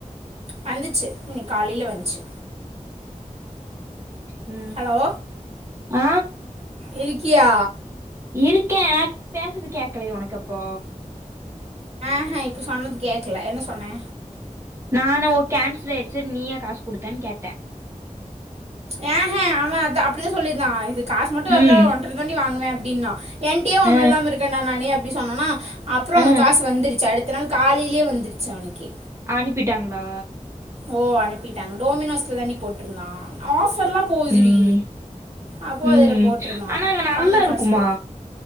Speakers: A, on the right (about 55°); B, on the right (about 20°).
A: வந்துச்சு இன்னைக்கு காலையில வந்துச்சு
B: ம்.
A: ஹலோ
B: ஆ
A: இருக்கியா
B: இருக்கே பேசுறதுகேக்களையோ உனக்கு அப்போ
A: ஆ ஆ இப்போ சொன்னது கேக்கல என்ன சொன்னே
B: நானு ஓ கேன்சல் ஆயிடுச்சு நீயா காசு குடுத்தன்னு கேட்ட
A: யேஹே அவ த அப்டித்தா சொல்லியிருந்தா இது காசு மட்டு
B: ம்
A: வரலா ஒன்ர தாண்டி வாங்குவே அப்டின்னுனா என்டையே ஒன்னுல்லம
B: ஆ
A: இருக்கேனா நானு அப்டி சொன்னோன்னா அப்புறம் அவனு
B: ஆ
A: காசு வந்துடுச்சி அடுத்த நாள் காலையிலயே வந்துடுச்சி அவனுக்கு
B: அனுப்பிட்டாங்ளா
A: ஓ அனுப்பிட்டாங்க டோமினோஸ்ல தாண்டி போட்டிருந்தா ஆஃபர்ல்லா போதுறி
B: ம்
A: அப்போ
B: ம்
A: அதுல போட்டிருந்தா
B: ஆனா
A: அவ
B: அங்க நல்லா
A: கம்மி
B: இருக்குமா
A: காசுக்கு